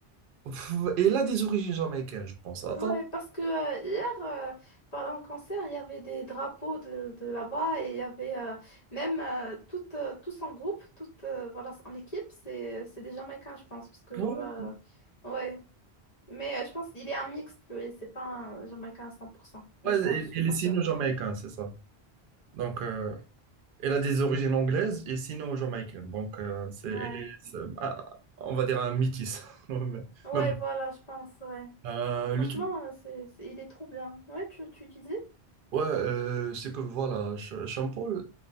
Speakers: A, on the right; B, on the left.
A: pff, et il a des origines jamaïcaines, je pense. Attends,
B: Ouais, parce que euh, hier, euh, pendant le concert, il y avait des drapeaux de, de là-bas et il y avait euh, même euh, tout, euh, tous en groupe, tout, euh, voilà, en équipe, c'est, c'est des Jamaïcains, je pense, parce que voilà,
A: ouais,
B: euh, ouais. Mais euh, je pense qu'il est un mixte, lui, c'est pas un Jamaïcain à 100%, mais
A: ouais,
B: je
A: il,
B: pense, je suis
A: il
B: pas
A: est signé
B: sûre.
A: jamaïcain, c'est ça. Donc... euh, Elle a des origines anglaises et sinon jamaïcaines. Donc, euh, c'est,
B: Ouais,
A: elle est, c'est- ah, on va dire un métis. <laughs> Mais
B: ouais,
A: mais bon.
B: voilà, je pense, ouais.
A: Euh,
B: Franchement,
A: le truc,
B: euh, c'est, c'est- il est trop bien. Ouais, tu, tu disais?
A: ouais, euh, c'est que voilà, Ch- Sean Paul,